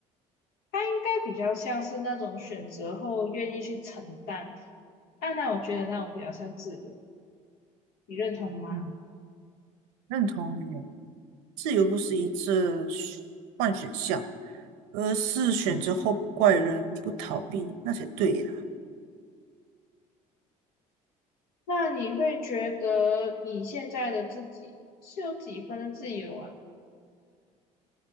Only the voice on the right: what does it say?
嗯，认同你，自由不是一次选换选项，而是选择后不怪人，不逃避，那才对呀。